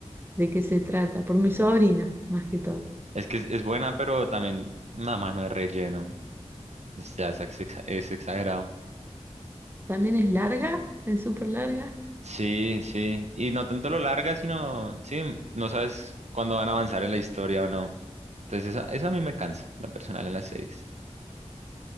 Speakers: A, on the right; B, on the right.
A: de qué se trata, por mis sobrinos, más que todo.
B: Es que es, es buena, pero también nada más no es relleno. Es, ya es, exa- es exagerado.
A: También es larga, es súper larga.
B: Sí, sí. Y no tanto lo larga, sino, sí, no sabes cuándo van a avanzar en la historia o no. Entonces eso, eso a mí me cansa, lo personal en las series.